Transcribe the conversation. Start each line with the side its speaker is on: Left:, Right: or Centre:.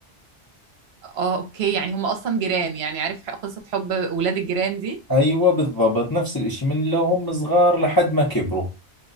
Right: اه اوكي يعني هم أصلا جيران يعني عارف ح- قصة حب ولاد الجيران دي
Left: أيوة بالضبط نفس الإشي من لو هم صغار لحد ما كبروا